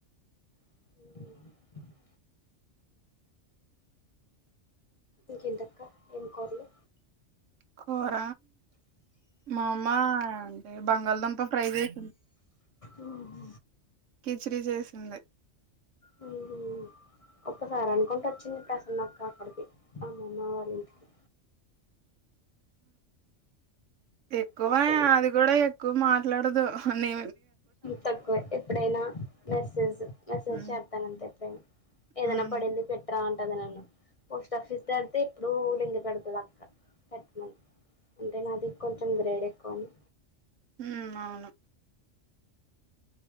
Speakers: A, on the left; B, on the right.
A: హ్ ఇంకేంటక్క ఏం కోర్లు
B: కూర మా అమ్మ అంటే బంగాళదంప ప్రై చేసింది
A: ఓ హు
B: పి హెచ్ డి చేసింది
A: హు హూ ఒక్కసారి అనుకుంట వచ్చింది ప్రసన్నక్క అక్కడికి అమమ్మ వారి ఇంటికి
B: ఎక్కువ
A: ఇంటికి
B: అది కూడా ఎక్కువ మాట్లాడదు నే
A: తక్కువే ఎప్పుడైనా మెసేజ్ మెసేజ్
B: హ్మ్.
A: చేతానంతే ఎప్పుడైనా ఏదన్నా
B: హ్మ్.
A: పడింది పెట్టుర్రాన్ టది నన్ను పోస్ట్ ఆఫీస్ తడితే ఎప్పుడూ లింక్ పెడుతది అక్క పెట్టమన్ అంటే నాది కొంచెం గ్రేడ్ ఎక్కువ అని
B: హు అవును